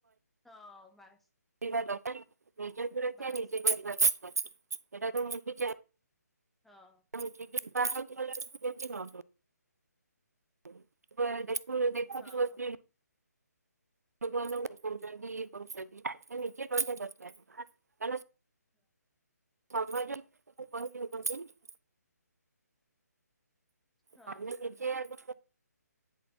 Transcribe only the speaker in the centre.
ହଁ ବାସ୍।
ବାସ୍
ହଁ।
ହଁ
ହଁ।
ହଁ
ଠିକ କଥା।